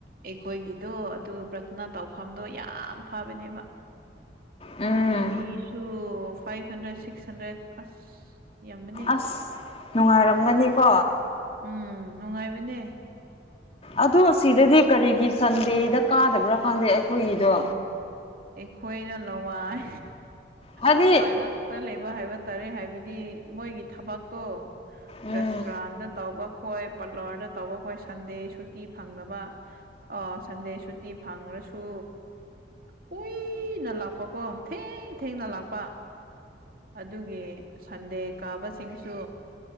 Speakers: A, on the right; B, on the left.
A: ꯑꯩꯈꯣꯏꯒꯤꯗꯣ ꯑꯗꯨ ꯄ꯭ꯔꯊꯅꯥ ꯇꯧꯐꯝꯗꯣ ꯌꯥꯝ ꯐꯕꯅꯦꯕ꯫
B: ꯎꯝ
A: ꯃꯤꯁꯨ ꯐꯥꯏꯚ ꯍꯟꯗ꯭ꯔꯦꯠ ꯁꯤꯁ ꯍꯟꯗ꯭ꯔꯦꯠ ꯑꯁ ꯌꯥꯝꯕꯅꯤ
B: ꯑꯁ ꯅꯨꯡꯉꯥꯏꯔꯝꯒꯅꯤꯀꯣ꯫
A: ꯎꯝ ꯅꯨꯡꯉꯥꯏꯕꯅꯦ꯫
B: ꯑꯗꯣ ꯁꯤꯗꯗꯤ
A: ꯑꯦ
B: ꯀꯔꯤꯒꯤ ꯁꯟꯗꯦꯗ ꯀꯥꯗꯕ꯭ꯔꯥ ꯈꯪꯗꯦ ꯑꯩꯈꯣꯏꯒꯤꯗꯣ
A: ꯑꯩꯈꯣꯏꯅ ꯂꯋꯥꯏ
B: ꯍꯥꯏꯗꯤ
A: ꯂꯋꯥꯏ ꯉꯥꯛ ꯇ ꯂꯩꯕ ꯍꯥꯏꯕ ꯇꯥꯔꯦ ꯍꯥꯏꯕꯗꯤ ꯃꯣꯏꯒꯤ ꯊꯕꯛꯇꯣ
B: ꯎꯝ
A: ꯔꯦꯁꯇꯨꯔꯥꯟꯗ ꯇꯧꯕ ꯈꯣꯏ ꯄꯥꯔꯂꯔꯗ ꯇꯧꯕ ꯈꯣꯏ ꯁꯟꯗꯦ ꯁꯨꯇꯤ ꯐꯪꯗꯕ ꯑ ꯁꯟꯗꯦ ꯁꯨꯇꯤ ꯐꯪꯉ꯭ꯔꯁꯨ ꯀꯨꯏꯅ ꯂꯥꯛꯄꯀꯣ ꯊꯦꯡ ꯊꯦꯡꯅ ꯂꯥꯛꯄ ꯑꯗꯨꯒꯤ ꯁꯟꯗꯦ ꯀꯥꯕꯁꯤꯡꯁꯨ